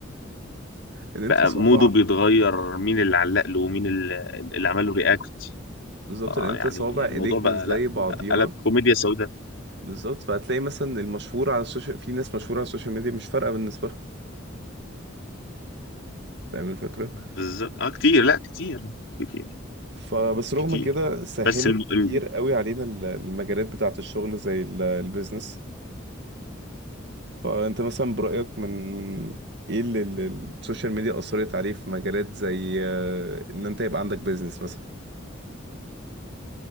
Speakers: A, on the right (about 60°); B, on the left (about 80°).
A: ان انت
B: بقى
A: صوابع
B: موده بيتغير مين اللي علق له ومين اللي اللي عمل له رياكت
A: بالظبط
B: اه
A: ان انت
B: يعني
A: صوابع
B: الموضوع
A: ايديك
B: بقى
A: مش زي
B: لا
A: بعضيها
B: قلب كوميديا سوداء
A: بالظبط فهتلاقي مثلا المشهور على السوشيال في ناس مشهورة على السوشيال ميديا مش فارقة بالنسبة لها فاهم الفكرة
B: بالظبط اه كتير لا كتير كتير
A: فبس رغم
B: كتير
A: كده سهلت
B: بس الم...
A: كتير
B: ال-
A: قوي علينا ال- المجالات بتاعة الشغل زي ال- البيزنس فانت مثلا برأيك من من ايه اللي اللي السوشيال ميديا أثرت عليه في مجالات زي آه، ان انت يبقى عندك بيزنس مثلا